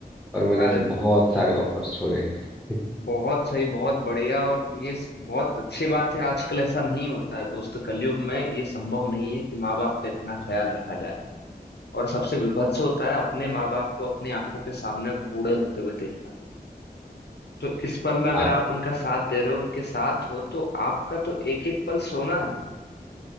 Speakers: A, in the centre; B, on the left (about 80°).
A: और मैंने
B: अरे
A: ऐसे बहुत सारे ऑफर्स छोड़े <laughs>
B: बहुत सही बहुत बढ़िया और ये स- बहुत अच्छी बात है आजकल ऐसा नहीं होता है दोस्त कलयुग में ये संभव नहीं है कि माँ बाप का इतना ख्याल रखा जाए और सबसे विभत्स होता है अपने माँ बाप को अपनी आंखों के सामने बूढ़े होते हुए देखना तो इस पल में अगर
A: हाँ
B: आप उनका साथ दे रहे हो उनके साथ हो तो आपका तो एक एक पल सोना है